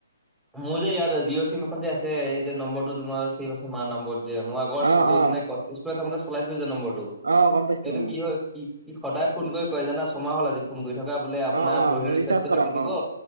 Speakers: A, in the centre; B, on the right (about 75°).
A: মোৰ যে ইয়াত জিঅ' চিম এখন যে আছে এই যে নম্বৰটো তোমাৰ ছেভ আছে মাৰ নম্বৰত যে মই আগৰ
B: অ',
A: চুদু
B: অ',
A: মানে ক স্কুলত থাকোঁতে চলাইছিলো যে নম্বৰটো
B: অ', গম পাইছো
A: সেইটো
B: অ'।
A: কি হয় কি কি সদায় ফোন কৰি কয় জানা চমাহ হ'ল আজি। ফোন কৰি থকা বোলে আপোনাৰ
B: অ', অ',
A: পৰহিলি
B: মানে
A: ৰিচাৰ্জটো
B: ৰিচাৰ্জ কৰাক
A: কাটি দিব
B: অ',